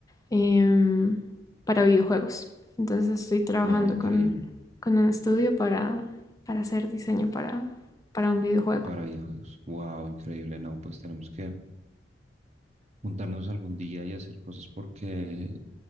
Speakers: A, on the left; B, on the right.
A: em, para videojuegos. Entonces estoy trabajando
B: wow, increíble
A: con, con un estudio para, para hacer diseño para, para un videojuego.
B: para videojuegos, wow, increíble, no, pues tenemos que... juntarnos algún día y hacer cosas porque